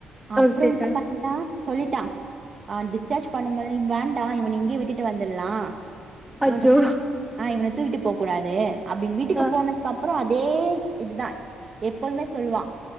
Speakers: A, on the right; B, in the centre.
A: அப்புறம்
B: ஓகேக்கா
A: என்ன பண்றா சொல்லிட்டான் ஆஹ் டிஸார்ஜ் பண்ணும்போது நீ வேண்டாம் இவன இங்கேயே விட்டுட்டு வந்துர்லாம்
B: அச்சோ
A: இவன தூக் இவன தூக்கிட்டு போக கூடாது அப்படின்னு வீட்டுக்கு
B: ஆ
A: போனதுக்கு அப் அப்புறம் அதே இதுதான் எப்பொழுமே சொல்லுவான்